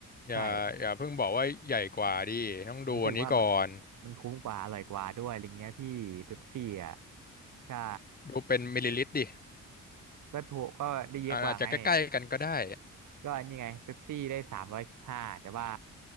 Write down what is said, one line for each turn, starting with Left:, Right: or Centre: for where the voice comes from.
Left: อย่าอย่าเพิ่งบอกว่าใหญ่กว่าดิต้องดูอันนี้ก่อน
Right: ใช่ผมรู้สึกว่ามันมันคุ้มกว่าอร่อยกว่าด้วยอะไรเงี้ยพี่เป๊ปซี่อ่ะใช่
Left: ดูเป็นมิลลิลิตรดิ
Right: ก็ถูกก็ได้เยอะกว่าไง
Left: อาอาจจะใกล้ๆกันก็ได้
Right: ก็นี่ไงเป๊ปซี่ได้สามร้อยสิบห้าแต่ว่า